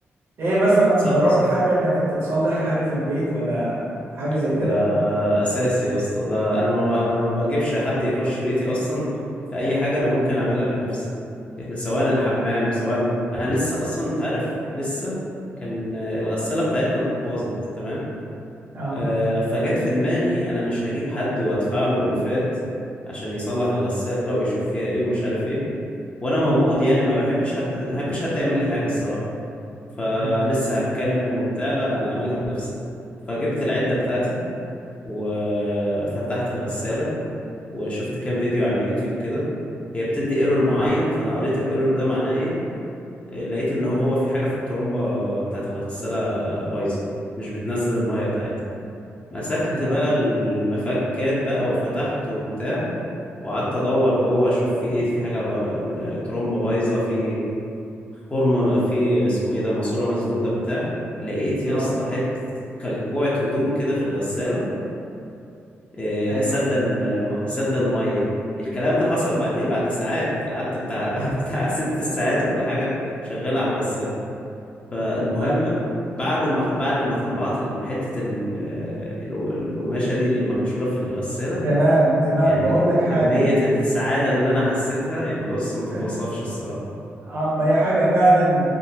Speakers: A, on the right; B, on the left.
A: ايه مثلا
B: صح
A: جربت
B: صح
A: حاجه انك انت تصلح حاجه في البيت ولا حاجه زي
B: ده
A: كده
B: اساسي يا اسطى ده انا ما ب... انا ما بجيبش حد يخش بيتي اصلا في اي حاجه انا ممكن اعملها بنفسي سواء الحمام سواء انا لسه اصلا انت عارف لسه كان آه، الغساله بتاعتنا باظت تمام
A: اه
B: آه فجت في دماغي انا مش هجيب حد وادفع له الوفات عشان يصلح الغساله ويشوف فيها ايه ومش عارف ايه وانا موجود
A: اه
B: يعني ما بحبش حد ما بحبش حد يعمل لي حاجه الصراحه فلسه
A: تمام
B: هتكلم وبتاع لا انا اعملها بنفسي فجبت العدة بتاعتي وفتحت الغسالة وشفت كام فيديو على اليوتيوب كده هي بتدي ايرور معين فانا قريت الايرور ده معناه ايه آه، لقيت ان هو في حاجة في الترومبة بتاعت الغسالة بايظة مش بتنزل المية بتاعتها مسكت
A: تمام
B: بقى المفكات بقى وفتحت وبتاع وقعدت ادور جوه اشوف في ايه في حاجة بقى الترومبة بايظة في فورمه بقى في اسمه ايه ده ماسوره مسدوده بتاع لقيت
A: اه
B: يا اسطى حته كلكوعه هدوم كده في الغساله آه،
A: ايوه
B: سد الم- سد الميه الكلام ده حصل بعد ايه بعد ساعات قعدت بتاع <laughs> بتاع ست ساعات ولا حاجه شغال على الغساله فالمهم
A: طب
B: بعد ما بعد ما طلعت ال- حته ال- ال- القماشه دي اللي محشوره في الغساله
A: تمام تمام
B: يعني
A: بقول لك حاجه
B: كميه السعاده اللي انا حسيتها يعني بص ما تتوصفش
A: <laughs>
B: الصراحه
A: اه ما هي حاجة فعلا